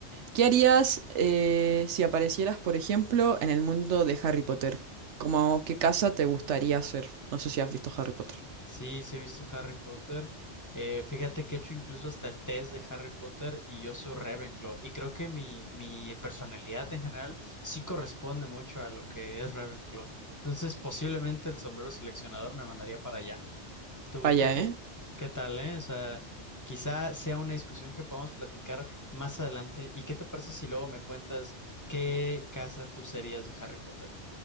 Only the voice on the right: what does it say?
¿Qué harías eh, si aparecieras, por ejemplo, en el mundo de Harry Potter? ¿Cómo qué casa te gustaría ser? No sé si has visto Harry Potter.
Vaya,
¿eh?